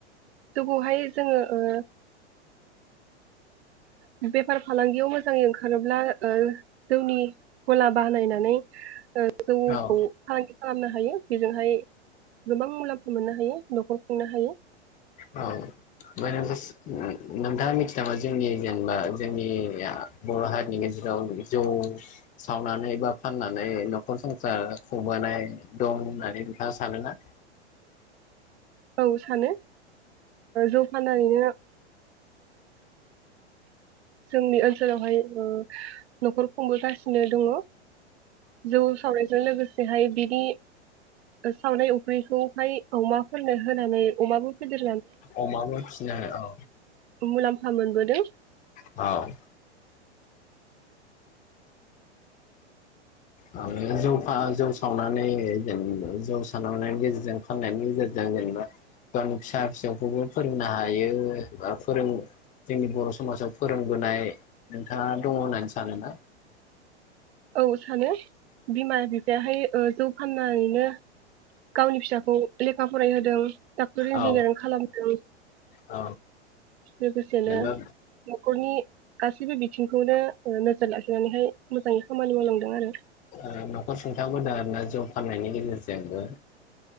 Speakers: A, on the right (about 65°); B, on the left (about 25°).
A: जौखौहाय जोङो ओ बेफार फालांगियाव मोजाङै ओंखारोब्ला ओ जौनि गला बानायनानै जौखौ
B: औ
A: फालांगि खालामनो हायो बेजोंहाय गोबां मुलाम्फा मोननो हायो न'खर खुंनो हायो।
B: औ ओमफ्राय नों नोंथाङा मिथियो नामा जोंनि जेनेबा जोंनि बर' हारिनि गेजेराव जौ सावनानै बा फाननानै न'खर संसार खुंबोनाय दं होननानै नोंथाङा सानोना?
A: औ सानो जौ फानानैनो जोंनि ओनसोलावहाय ओ न'खर खुंबोगासिनो दङ जौ सावनायजों लोगोसेहाय बिनि सावनाय उख्रिखौहाय अमाफोरनो होनानै अमाबो फेदेर
B: अमाबो फिसिनो औ
A: मुलाम्फा मोनबोदों।
B: औ ओ जौ फा जौ सावनानै जेनेबा जौ सावनायनि गेजेरजों फाननायनि गेजेरजों जेनेबा गावनि फिसा फिसौखौबो फोरोंनो हायो बा फोरों जोंनि बर' समाजाव फोरोंबोनाय नोंथाङा दङ होननानै सानोना?
A: औ सानो बिमा बिफायाहाय जौ ओ फाननानैनो गावनि फिसाखौ लेखा फरायहोदों डाक्टर इन्जिनियारिं
B: औ
A: खालामदों।
B: औ
A: लोगोसेनो
B: जेनेबा
A: न'खरनि गासैबो बिथिंखौनो नोजोर लाखिनानैहाय मोजाङै खामानि मावलांदों आरो।
B: ओ न'खर सुंथाबोदों आरोना जौ फाननायनि गेजेरजोंबो।